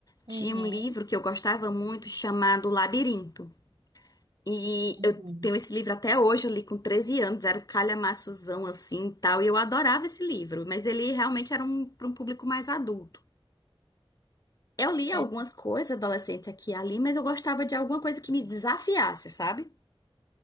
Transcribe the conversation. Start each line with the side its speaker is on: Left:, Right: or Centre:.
Left: Tinha
Right: Uhum.
Left: um livro que eu gostava muito chamado Labirinto. E
Right: Uhum.
Left: eu tenho esse livro até hoje, eu li com 13 anos, era um calhamaçozão assim e tal, e eu adorava esse livro, mas ele realmente era um, para um público mais adulto. Eu li algumas
Right: É,
Left: coisas adolescentes aqui e ali, mas eu gostava de alguma coisa que me desafiasse, sabe?